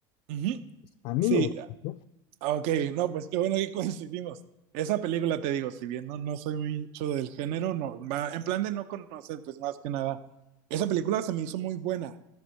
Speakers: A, on the right; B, on the left.
A: Ujú.
B: A mí
A: Sí,
B: me gustó.
A: ah, ok, no, pues qué bueno que coincidimos. Esa película, te digo, si bien no, no soy mucho del género, no, va- en plan de no conocer, pues más que nada. Esa película se me hizo muy buena.